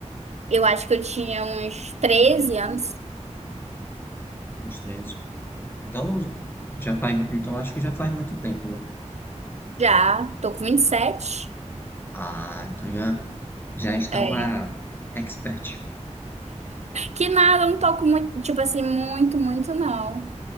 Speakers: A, on the right; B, on the left.
A: Eu acho que eu tinha uns 13 anos.
B: Uns 13. Então, não- já faz, então acho que já faz muito tempo, né?
A: Já, tô com 27.
B: Ah, então já, já está
A: É.
B: uma expert.
A: Que nada, eu não toco muito, tipo assim, muito, muito não.